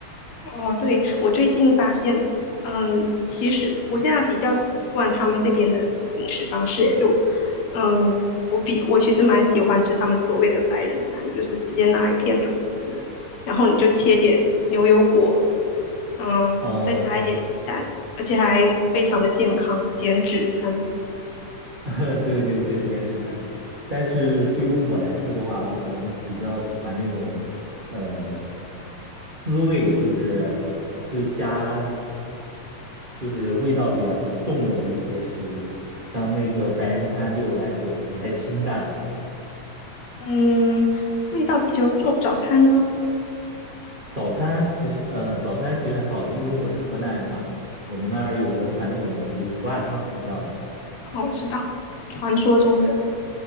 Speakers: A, on the left; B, on the right.
A: 哦，对，我最近发现，嗯，其实我现在比较习惯他们这边的饮食方式，就，嗯，我比我其实蛮喜欢吃他们所谓的白人餐，就是直接拿一片吐司，然后你就切点牛油果，
B: 哦
A: 嗯，
B: 嗯。
A: 再加一点鸡蛋，而且还非常的健康，减脂餐，
B: <laughs> 对对对，减脂餐。但是对于我来说的话，我可能比较喜欢那种，嗯、滋味，就是会加，就是味道比较重的一些食物。像那个白人餐对我来说可能太清淡了。
A: 嗯，味道比较重。早餐呢，
B: 早餐其实，呃，早餐其实还好，因为我是河南人嘛，我们那儿有个传统的就是胡辣汤，你知道吗？
A: 哦，我知道，传说中的